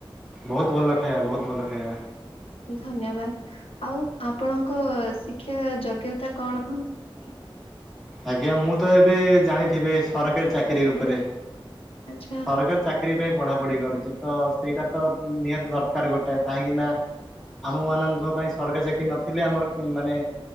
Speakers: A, in the centre; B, on the left (about 85°).
A: ବହୁତ ଭଲ ଖାଇବା ବହୁତ ଭଲ ଖାଇବା।
B: ଧନ୍ୟବାଦ ଆଉ ଆପଣଙ୍କ ଶିକ୍ଷା ଯୋଗ୍ୟତା କଣ? <inaudible>
A: ଆଜ୍ଞା ମୁଁ ତ ଏବେ ଜାଣିଥିବେ ସରକାରୀ ଚାକିରୀ ଉପରେ
B: ଆଚ୍ଛା
A: ସରକାରୀ ଚାକିରୀ ପାଇଁ ପଢା ପଢି କରୁଛି ତ ସେଇଟା ତ ନିହାତି ଦରକାର ଗୋଟେ କାହିଁକି ନା ଆମ ମାନଙ୍କ ପାଇଁ ସରକାର ଚାକି ନଥିଲେ ଆମର ମାନେ